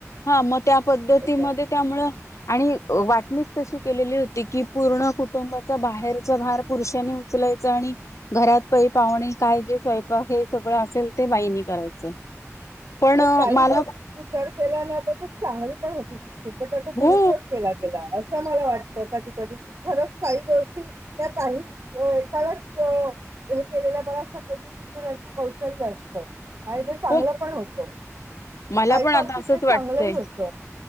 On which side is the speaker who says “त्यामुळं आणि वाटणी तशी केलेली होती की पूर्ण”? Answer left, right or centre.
Left